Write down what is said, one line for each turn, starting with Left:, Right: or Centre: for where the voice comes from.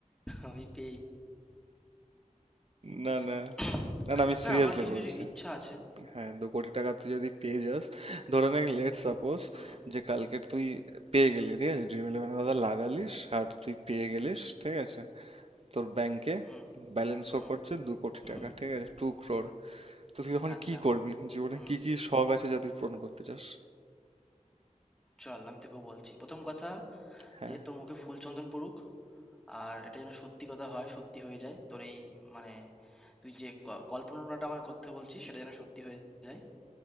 Centre: আমি পেয়েই
Right: না
Centre: বুঝলি
Right: না না না আমি
Centre: না
Right: সিরিয়াসলি
Centre: আমার কিছু
Right: বলছি
Centre: কিছু ইচ্ছা আছে
Right: হ্যাঁ দু কোটি টাকা তুই যদি পেয়ে যাস ধরে নে লেট সাপোজ
Centre: হুম হুম
Right: যে কালকে তুই পেয়ে গেলি ঠিক আছে ড্রিম ইলেভেনের কথা লাগালিস আর তুই পেয়ে গেলিস ঠিক আছে তোর ব্যাংকে
Centre: হুম
Right: ব্যালেন্স
Centre: হুম
Right: শো
Centre: হুম
Right: করছে দু কোটি
Centre: হুম
Right: টাকা
Centre: হুম
Right: ঠিক আছে টু ক্রোর তো তুই তখন
Centre: আচ্ছা
Right: কি করবি জীবনে
Centre: হুম
Right: কি কি শখ আছে যা তুই পূরণ করতে চাস
Centre: চল আমি তোকে বলছি প্রথম কথা
Right: হ্যাঁ
Centre: যে তোর মুখে ফুল চন্দন পড়ুক আর এটা যেন সত্যি কথা হয় সত্যি হয়ে যায় তোর এই মানে তুই যে ক- কল্পনাটা আমায় করতে বলছিস সেটা যেন সত্যি হয়ে যায়